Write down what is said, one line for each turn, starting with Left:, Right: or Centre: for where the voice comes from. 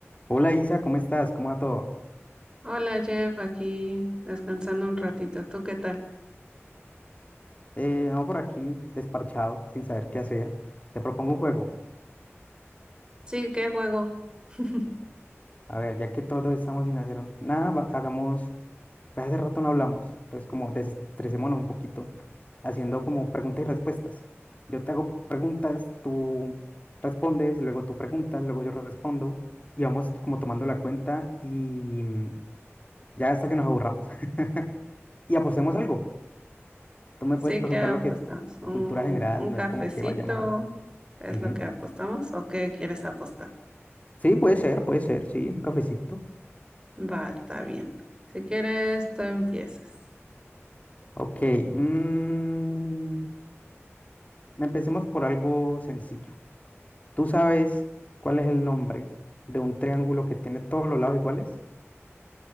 Left: Hola Isa, ¿cómo estás? ¿Cómo va todo?
Right: Hola Jeff, aquí descansando un ratito. ¿Tú qué tal?
Left: Eh, no, por aquí, desparchado, sin saber qué hacer. Te propongo un juego.
Right: Sí, ¿qué juego? <laughs>
Left: A ver, ya que todos estamos sin hacer nada, va- hagamos, pues hace rato no hablamos, entonces como desestresémonos un poquito, haciendo como preguntas y respuestas. Yo te hago preguntas, tú respondes, luego tú preguntas, luego yo respondo, y vamos como tomando la cuenta y mm, ya hasta que nos aburramos. <laughs> Y apostemos algo. Tú me
Right: Sí,
Left: puedes preguntar
Right: ¿qué apostamos?
Left: lo que es
Right: ¿Un,
Left: cultura general,
Right: un
Left: no
Right: cafecito?
Left: es como que vayamos a...
Right: ¿Es
Left: Ujú.
Right: lo que apostamos? ¿O qué quieres apostar?
Left: Sí, puede ser, puede ser, sí, un cafecito.
Right: Va, está bien. Si quieres, tú empiezas.
Left: Ok, mm, empecemos por algo sencillo. ¿Tú sabes cuál es el nombre de un triángulo que tiene todos los lados iguales?